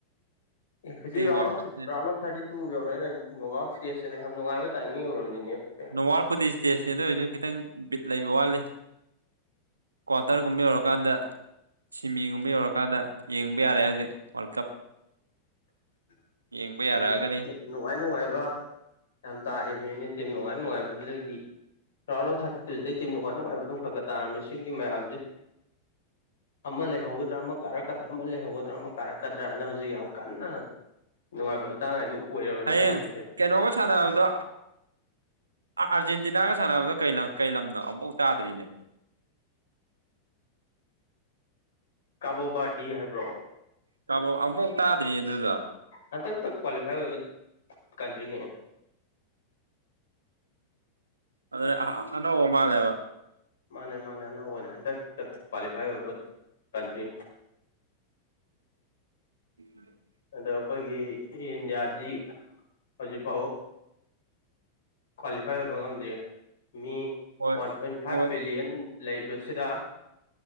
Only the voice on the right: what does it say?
ꯋꯥꯔꯜ
ꯀꯞꯁꯦ
ꯅꯋꯥꯔꯄꯨꯗꯤ ꯏꯁꯇꯦꯖꯅꯦ ꯑꯗꯨ ꯑꯣꯏꯔꯁꯨ ꯈꯤꯇꯪ ꯕꯤꯠ ꯂꯩꯕ ꯋꯥꯠꯂꯤ ꯀ꯭ꯋꯥꯇꯔꯒꯨꯝꯕ ꯌꯧꯔꯀꯥꯟꯗ ꯁꯤꯃꯤꯒꯨꯝꯕ ꯌꯧꯔꯀꯥꯟꯗ ꯌꯦꯡꯕ ꯌꯥꯔꯦ ꯍꯧꯖꯤꯛ ꯋꯥꯔꯜ ꯀꯞ
ꯌꯦꯡꯕ
ꯌꯥꯔꯛꯑꯒꯅꯤ
ꯍꯌꯦꯡ
ꯀꯩꯅꯣꯒ ꯁꯥꯟꯅꯕꯗꯣ ꯑꯥꯔꯖꯦꯟꯇꯤꯅꯥꯒ ꯁꯥꯟꯅꯕꯗꯣ ꯀꯩ ꯂꯝꯅꯣ ꯑꯃꯨꯐꯥꯎ ꯇꯥꯗ꯭ꯔꯤꯅꯦ
ꯀ ꯑꯃꯨꯛꯐꯥꯎ ꯇꯥꯗ꯭ꯔꯤꯅꯦ ꯑꯗꯨꯗ
ꯑꯗꯨꯅꯦ ꯑꯅꯧꯕꯥ ꯃꯜꯂꯦꯕꯥ
<inaudible>
ꯍꯣꯏ
ꯍꯣꯏ